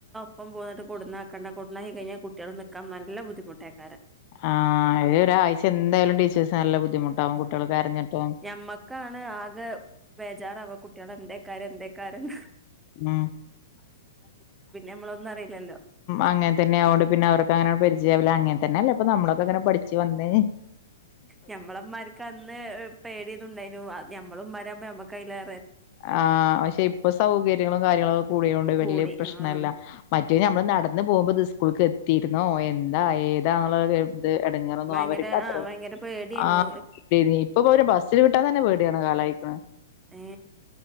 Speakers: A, in the centre; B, on the left.
A: ഇപ്പ പോകന്ന കൊണ്ടാക്കാൻ നിക്കണ്ട കൊണ്ട് പോയി കഴിഞാ കുട്ടികൾ നിൽക്കൻ നല്ല ബുദ്ധിമുട്ടായിരിക്കും
B: ആഹ ഇത് ഒരാഴ്ച എന്തായാലും ടീച്ചേഴ്സ് നല്ല ബുദ്ധിമുട്ടാാവും കുട്ടികൾക്ക് കരഞ്ഞിപ്പം
A: നമ്മക്കാണ് ആകെ ബേജാറാവ കുട്ടികൾ എന്തൊക്കയാക്കു എന്തൊക്കയാക്കുമെന്ന്
B: ഉ
A: നമ്മളൊന്നും അറിയില്ലല്ലോ
B: അങ്ങനെ തന്നെ ആവോണ്ട് പിന്നെ അവർക്ക് അങ്ങനെ പരിചയംമില്ല അങ്ങനെ തന്നെയല്ലേ അപ്പ നമ്മൊക്കെ എങനെ പടിച് വന്നെ
A: ഞമ്മളമാർക്ക് അന്ന് പേടിയുന്നുണ്ടായിു ഞമ്മളന്മാര നമ്മക്ക അതില
B: ആ പക്ഷെ ഇപ്പൊ സൗകര്യങ്ങളും കാര്യങ്ങളുംക്കെ കൂടിയത കൊണ്ട്
A: കൂടി
B: വലിയ പ്രശ്നമല്ല
A: ആഹ്
B: മറ്റേ നമ്മള് നടന്ന പോകുമ്പോ ഇത് സ്കൂളക്ക് എത്തിയിരുന്നോ എന്താ ഏതാന്നുള്ള എടങ്ങറ
A: ഭയങ്കര
B: അവർക്ക് അ
A: ആഹ് ഭയങ്കര പേടിയേനു
B: ആ ഇ അവര് ബസിൽ വിട്ട തന്നെ പേടിയ കാലായിക്കണ
A: ഏ